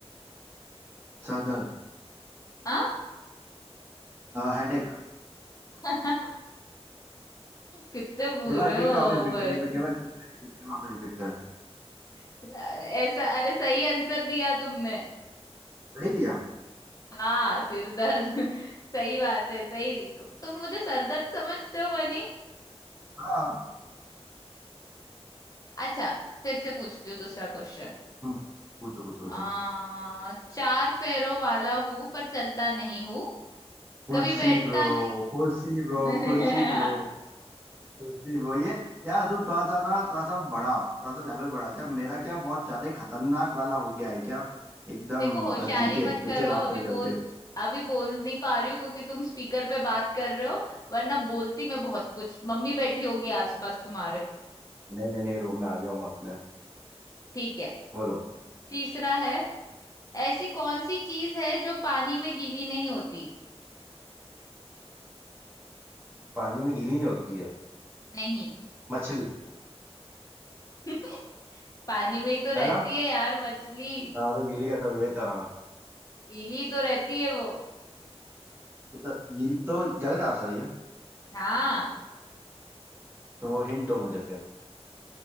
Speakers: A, on the right; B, on the left.
A: सर दर्द
B: हाँ
A: हेडेक
B: <laughs> कितने बुरे
A: एक बार रिपीट
B: हो
A: कर वापस रिपीट
B: बच्चे
A: कर रिपीट कर रिपीट कर रिपीट कर वापस रिपीट कर
B: <laughs> ऐसा अरे सही आंसर दिया तुमने
A: नहीं दिया
B: हाँ सिर दर्द <laughs> सही बात है सही तुम तुम मुझे सर दर्द समझते हो बनी
A: हाँ
B: अच्छा फिर से पूछती हूँ दूसरा क्वेश्चन
A: हम्म, पूछो पूछो पूछो
B: आ चार पैरों वाला हूं पर चलता नहीं हूं
A: कुर्सी
B: कभी बैठता
A: ब्रो
B: नहीं
A: कुर्सी
B: <laughs>
A: ब्रो कुर्सी ब्रो कुर्सी ब्रो ये यार सुन थोड़ा सा ना थोड़ा सा बड़ा थोड़ा सा लेवल बड़ा क्या मेरा क्या बहुत ज्यादा ही खतरनाक वाला हो गया है क्या एकदम
B: देखो होशियारी
A: जीके
B: मत
A: तुझसे
B: करो
A: बात
B: अभी
A: कर करके
B: बोल अभी बोल नहीं पा रही हूँ क्योंकि तुम स्पीकर पे बात कर रहे हो वरना बोलती मैं बहुत कुछ मम्मी बैठी होगी आसपास तुम्हारे
A: नहीं नहीं नहीं रूम में आ गया हूँ मैं अपने
B: ठीक है
A: बोलो
B: तीसरा है ऐसी कौन सी चीज है जो पानी में गीली नहीं होती
A: पानी में गीली नहीं होती है
B: नहीं
A: मछली
B: <laughs> पानी में ही तो
A: है
B: रहती
A: ना
B: है यार मछली
A: हाँ तो गीली कैसे हुई तो हाँ
B: गीली तो रहती है वो
A: तो, तो गीली तो गलत आंसर है ये।
B: हाँ
A: तो हिंट दो मुझे फिर